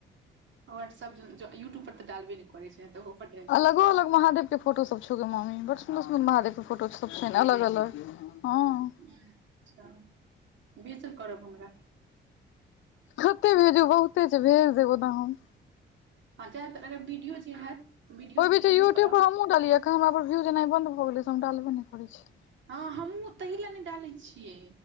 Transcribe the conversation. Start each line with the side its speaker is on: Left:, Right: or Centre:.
Right: व्हाट्सऐप ज यूट्यूब पर तऽ डालबे नहि करैत छै तऽओहोपर डालि
Left: अलगो
Right: सकैत
Left: अलग
Right: छियै।
Left: महादेव के फोटो सब छौगे मम्मी बड़ सुन्दर-सुन्दर महादेव के फोटो सब छैन अलग-अलग। हँ।
Right: अच्छा भेजल करब हमरा
Left: कते भेजू बहुते छैय भेज देबौ न हम।
Right: हँ जाय त वीडियो जे हयत वीडियो
Left: ओहि बीच
Right: तऽ भेजबे
Left: यूट्यूब
Right: करत।
Left: पर हमहुँ डालियै हमरा पर व्यूज एनाइ बन्द भऽ गेलै से हम डालबे नहि करै छियै।
Right: हँ हमहूँ ताहि लए नहि डालैत छियै।